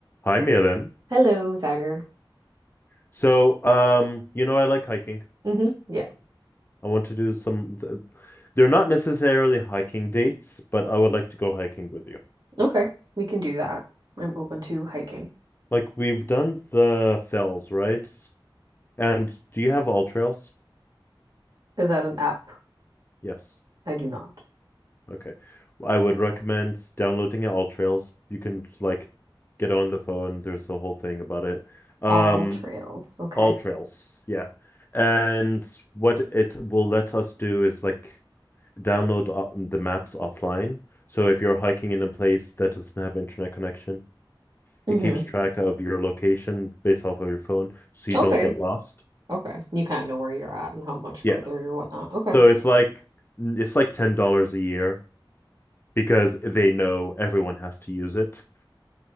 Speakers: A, on the left (about 25°); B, on the right (about 55°).
A: Hi, Malin.
B: Hello, Zagger.
A: So, um, you know, I like hiking.
B: hmm Yeah,
A: I want to do some, th- they're not necessarily hiking dates, but I would like to go hiking with you.
B: Okay, we can do that. I'm open to hiking.
A: Like we've done the fells, right? And do you have all trails?
B: Is that an app?
A: Yes.
B: I do not.
A: Okay. I would recommend downloading all trails. You can like get on the phone. There's a whole thing about it. Um,
B: All trails. Okay.
A: all trails. Yeah. And what it will let us do is like download o- the maps offline. So if you're hiking in a place that doesn't have internet connection,
B: hmm
A: it keeps track of your location based off of your phone, so you
B: Okay,
A: don't get lost.
B: okay. You kind of know where you're at and how much further
A: Yeah.
B: you're whatnot. Okay.
A: So it's like it's like ten dollars a year because they know everyone has to use it.